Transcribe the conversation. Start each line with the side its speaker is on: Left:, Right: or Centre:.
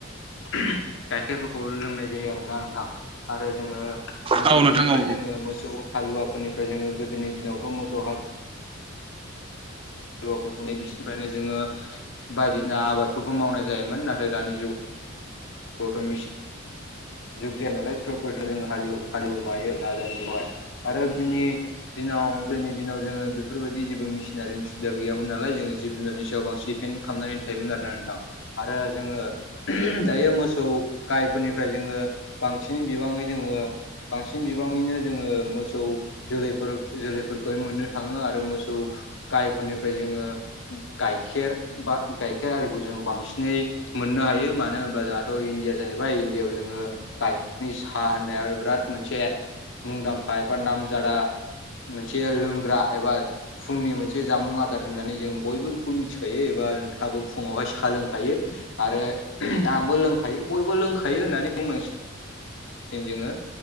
Left: गाइखेरफोरखौ लोंनाय जायो आरो ना नोंथां। आरो जोङो मोसौफोरनिफ्राय
Right: औ नोंथां औ
Left: जोङो मोसौ हालुवफोरनिफ्राय जो गोदोनि दिनावथ' मोसौ हा लुवाफोरखौ बिसिनिफ्रायनो जोङो बायदिसिना आबादफोरखौ मावनाय जायोमोन। नाथाय दानि जु गावथ मि जुग जाया नालाय टरफोरजों जों हव हालव मा एना जानो बेवहाय आरो बिनि दिनाव गोदोनि दिनाव जोङो बेफोरबायदि जेबो मेसिनारिनि सुबिदा गैयामोन नालाय जोङो जिब जुनारनि सायाव बांसिन टेन खालामनानै थायोमोन आरोना नोंथां। आरो जोङो दायो मो सौ गायफोरनिफ्राय जोङो बांसिन बिबाङै जोङो बांसिन बिबाङैनो जोङो मोसौ जोलैफोर जोलैफोरखौहाय मोननो थाङो आरो मोसौ गायफोरनिफ्राय जोङो गाइखेर बा गाइखेर आरिखौ जों बांसिनै मोननो हायो मानो होन्ला जों थ' इण्डिया जाहैबाय इण्डिया आआव जोङो गाइखेरनि साहा होननाय बिराद मोनसे मुंदांखा एबा नामजादा मोनसे लोंग्रा एबा फुंनि मोनसे जामुं आदार होननानै जों बयबो बेखौ मिथिखायो एबा नोंथाङाबो फुङावहाय सा लोंखायो। आरो आंबो लोंखा खायो बयबो लोंखायो होननानै बुंनांसिगोन जोङो